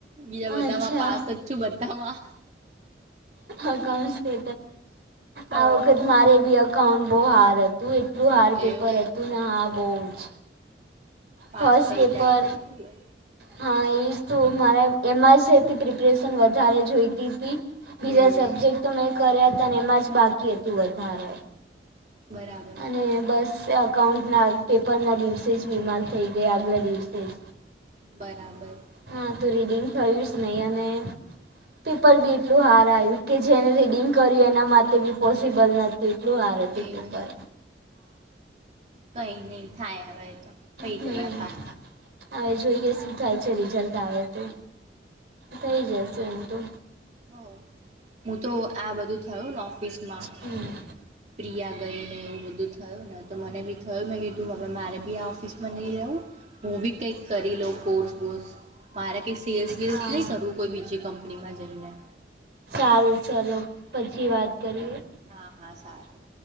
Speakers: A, on the right (about 40°); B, on the right (about 70°).
A: બીજા બધામાં
B: અચ્છા
A: પાસ જ છું બધામાં
B: અકાઉંટ છે
A: તો
B: આ વખત મારે બી અકાઉન્ટ બહુ હાર્ડ હતું એટલું હાર્ડ પેપર
A: એવું
B: હતું ને હા બહુ જ
A: પાસ
B: ફર્સ્ટ
A: થઈ
B: પેપર
A: જાય તો સારું એ
B: હા એજ તો મારે એમાં જ પ્રિપરેશન વધારે જોઈતી હતી બીજા
A: હમ
B: સબ્જેક્ટ તો મેં કર્યા હતા અને એમાં જ બાકી હતું વધારે
A: બરાબર
B: તે બસ અકાઉન્ટના પેપરના દિવસે જ બીમાર થઈ ગયા આગલા દિવસે જ
A: બરાબર
B: હા તું રીડિંગ થયું જ નહી અને પેપર બી એટલું હાર્ડ આવ્યું કે જેને રીડિંગ કર્યું એના માટે બી પોસિબલ નથી એટલું હાર્ડ હતું
A: એવું
B: પેપર
A: કઈ નહી થાય હવે એ તો થઈ
B: હમ
A: જવાય પાસ
B: હવે જોઈએ શું થાય છે રિઝલ્ટ આવે તો થઈ જશે એમ તો
A: હ હું તો આ બધું થયું ને ઓફિસમાં
B: હમ
A: પ્રિયા ગઈ ને એવું બધું થયું ને તો મને બી થયું મેં કીધું મારે બી ઓફિસ મને એવુ હું બી કંઈક કરી લઉં કોર્સ વોર્સ મારે કંઈ સેલ્સ વેલ્સ
B: હા
A: નહીં કરવું કોઈ બીજી કંપનીમાં જઈને
B: સારું ચલો પછી વાત કરીએ
A: હા હા સારું